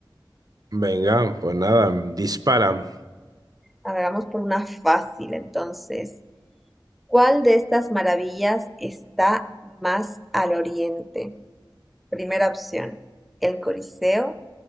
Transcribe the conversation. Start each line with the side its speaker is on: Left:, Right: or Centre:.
Right: Venga, pues nada, dispara.
Centre: A ver, vamos por una fácil, entonces, ¿cuál de estas maravillas está más al oriente? Primera opción, el Coliseo.